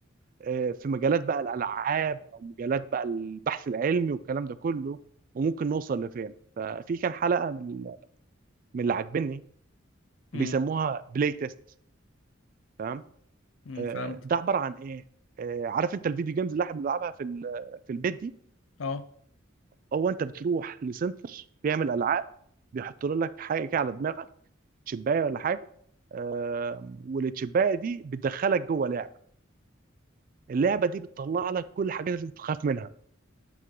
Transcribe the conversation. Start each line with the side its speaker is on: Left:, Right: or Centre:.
Right: آه، في مجالات بقى الالعاب او مجالات بقى البحث العلمي والكلام ده كله وممكن نوصل لفين ففي كان حلقه من من اللي عاجبني
Left: امم
Right: بيسموها بلاي تيست تمام
Left: أمم،
Right: آه،
Left: فهمتك
Right: ده عباره عن ايه آه، عارف انت الفيديو جيمز اللي احنا بنلعبها في ال- في البيت دي
Left: اه
Right: هو انت بتروح لسنتر بيعمل العاب بيحط لك حاجه كده على دماغك تشبايه ولا حاجه آه، والتشبايه دي بتدخلك جوه لعبه اللعبه دي بتطلع لك كل الحاجات اللي انت بتخاف منها